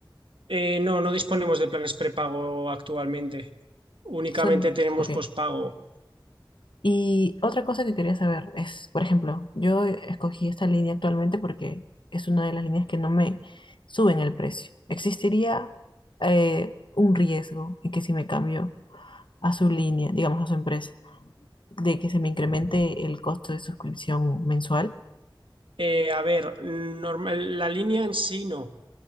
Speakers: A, on the right; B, on the left.
A: Eh, no, no disponemos de planes prepago actualmente. Únicamente
B: Suena.
A: tenemos
B: Ok.
A: pospago.
B: Y otra cosa que quería saber es, por ejemplo, yo escogí esta línea actualmente porque es una de las líneas que no me suben el precio. ¿Existiría eh, un riesgo en que si me cambio a su línea, digamos a su empresa, de que se me incremente el costo de suscripción mensual?
A: Eh, a ver, normal, la línea en sí no.